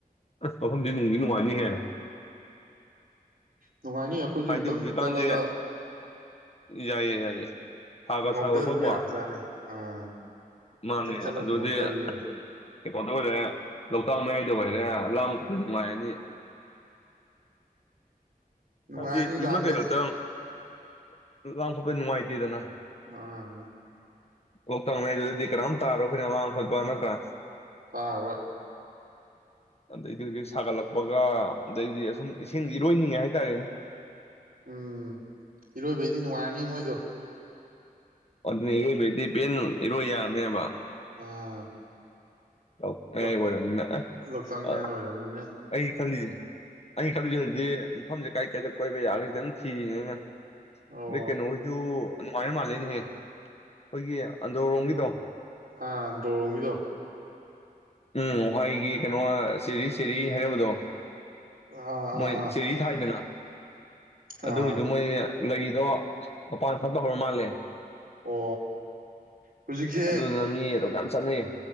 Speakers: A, on the left (about 40°); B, on the right (about 70°).
A: ꯑꯁ ꯃꯐꯝꯗꯤ ꯅꯨꯡꯗꯤ ꯅꯨꯡꯉꯥꯏꯅꯤꯍꯦ
B: ꯅꯨꯡꯉꯥꯏꯅꯤ ꯑꯩꯈꯣꯏꯁꯨ
A: ꯍꯥꯏꯗꯤ
B: ꯑꯝꯇꯪ
A: ꯍꯧꯖꯤꯛꯀꯥꯟꯁꯦ
B: ꯆꯠꯂꯒ
A: ꯌꯥꯏꯌꯦ ꯌꯥꯏꯌꯦ ꯁꯥꯒ
B: ꯉꯥꯎꯊꯔꯨ
A: ꯁꯥꯒꯠꯂꯛꯄꯀꯣ
B: ꯌꯥꯕꯖꯥꯠꯅꯦ ꯑꯥ
A: ꯃꯥꯅꯦ
B: ꯑꯝꯇꯪ ꯆꯠꯂꯒ
A: ꯑꯗꯨꯗꯤ
B: ꯉꯥꯎꯊꯔꯨ ꯌꯥꯏ
A: ꯀꯩꯅꯣꯗ ꯑꯣꯏꯔꯦ ꯂꯣꯛꯇꯥꯛ ꯃꯌꯥꯏꯗ ꯑꯣꯏꯔꯦ ꯂꯥꯝ ꯅꯨꯡꯥꯏꯔꯅꯤ
B: ꯅꯨꯡꯉꯥꯏꯔꯅꯤ
A: ꯍꯥꯏꯗꯤ ꯌꯨꯝ
B: ꯂꯥꯡꯕꯩꯗꯤ
A: <inaudible> ꯀꯩ <inaudible> ꯂꯥꯡ ꯈꯣꯠꯄꯗꯤ ꯅꯨꯡꯉꯥꯏꯇꯦꯗꯅ
B: ꯑꯥ
A: ꯂꯣꯛꯇꯥꯛ ꯃꯌꯥꯏꯗꯨꯗꯗꯤ ꯀꯅꯥꯝ ꯇꯥꯔꯔꯣ ꯑꯩꯈꯣꯏꯅ ꯂꯥꯡ ꯈꯣꯠꯄ ꯅꯠꯇ꯭ꯔꯥ
B: ꯇꯥꯔꯔꯣꯏ
A: ꯑꯗꯩꯗꯤ ꯍꯧꯖꯤꯛ ꯁꯥꯒꯠꯂꯛꯄꯒ ꯑꯗꯩꯗꯤ ꯑꯁꯨꯝ ꯏꯁꯤꯡ ꯏꯔꯣꯏꯅꯤꯡꯉꯦ ꯍꯥꯏ <inaudible> ꯔꯦꯅꯦ
B: ꯎꯝ ꯏꯔꯣꯏꯕꯩꯗꯤ ꯅꯨꯡꯉꯥꯏꯔꯅꯤ ꯃꯣꯏꯗꯣ
A: ꯑꯗꯨꯅꯦ ꯏꯔꯣꯏꯕꯩꯗꯤ ꯄꯦꯟ ꯏꯔꯣꯏ ꯌꯥꯔꯅꯤꯕ
B: ꯑꯥ
A: ꯑꯧ ꯃꯌꯥꯏ
B: ꯂꯧ
A: ꯑꯣꯏꯔꯕꯅꯤꯅ ꯑꯦ
B: ꯂꯣꯛꯇꯥꯛ ꯃꯌꯥꯏ
A: ꯑ
B: ꯑꯣꯏꯔꯝꯅꯤꯅ
A: ꯑꯩ ꯈꯜꯂꯤꯅꯦ ꯑꯩ ꯈꯜꯂꯤꯁꯦ ꯍꯧꯖꯤꯛ ꯃꯐꯝꯁꯦ ꯀꯥꯏ ꯀꯥꯏꯗ ꯀꯣꯏꯕ ꯌꯥꯒꯦꯁꯦ ꯑꯗꯨꯝ ꯊꯤꯔꯤꯅꯦ ꯑꯩꯅ
B: ꯑꯣ
A: ꯑꯗꯩ ꯀꯩꯅꯣ ꯍꯧꯏꯁꯨ ꯑꯗꯨꯃꯥꯏꯅ ꯃꯥꯜꯂꯦꯅꯦꯍꯦ ꯑꯩꯈꯣꯏꯒꯤ ꯑꯟꯗ꯭ꯔꯣ ꯔꯣꯝꯒꯤꯗꯣ
B: ꯑꯥ ꯑꯟꯗ꯭ꯔꯣ ꯔꯣꯝꯒꯤꯗꯣ
A: ꯎꯝ ꯋꯥꯏꯒꯤ ꯀꯩꯅꯣ ꯆꯦꯔꯤ ꯆꯦꯔꯤ ꯍꯥꯏꯅꯕꯗꯣ
B: ꯑꯥ
A: ꯃꯣꯏ
B: ꯑꯥ ꯑꯥ
A: ꯆꯦꯔꯤ ꯊꯥꯏꯗꯅ ꯑꯗꯨ
B: ꯑꯥ
A: ꯑꯣꯏꯁꯨ ꯃꯣꯏ ꯂꯩꯗꯣ ꯃꯄꯥꯟ ꯁꯥꯠꯄ ꯍꯧꯔ ꯃꯥꯜꯂꯦ
B: ꯑꯣ ꯍꯧꯖꯤꯛꯁꯦ
A: ꯑꯗꯨꯗꯨꯅ ꯃꯤ ꯑꯗꯨꯝ ꯌꯥꯝ ꯆꯠꯅꯩꯌꯦ